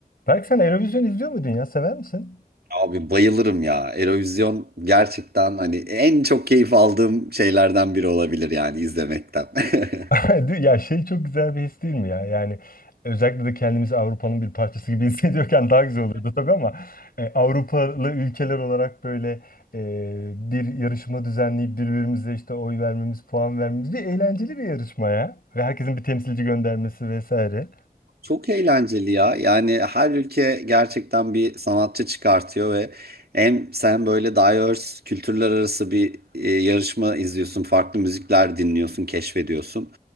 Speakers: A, on the left; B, on the right.
A: Belki sen Eurovision izliyor muydun ya? Sever misin?
B: Abi bayılırım ya. Eurovision gerçekten hani en çok keyif aldığım şeylerden biri olabilir yani izlemekten. <laughs>
A: <laughs> Değil- Ya şey çok güzel bir his değil mi ya? Yani özellikle de kendimizi Avrupa'nın bir parçası gibi <laughs> hissediyorken daha güzel oluyordu tabii ama e, Avrupalı ülkeler olarak böyle e, bir yarışma düzenleyip birbirimize işte oy vermemiz, puan vermemiz bir eğlenceli bir yarışma ya. Ve herkesin bir temsilci göndermesi vesaire.
B: Çok eğlenceli ya. Yani her ülke gerçekten bir sanatçı çıkartıyor ve hem sen böyle diverse kültürler arası bir e, yarışma izliyorsun, farklı müzikler dinliyorsun, keşfediyorsun.